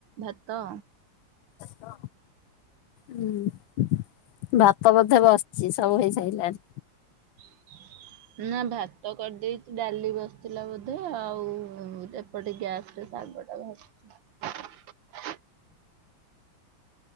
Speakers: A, on the right; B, on the left.
A: ଭାତ।
B: ଭାତ। ହୁଁ ଭାତ ବୋଧେ ବସିଚି ସବୁ ହେଇ ସାଇଲାଣି।
A: <inaudible> ନା ଭାତ କରିଦେଇଛି ଡାଲି ବସିଥିଲା ବୋଧେ? ଆଉ ଏପଟେ ଗ୍ୟାସ୍ ଶାଗ ଟା ଭାଜୁଚି।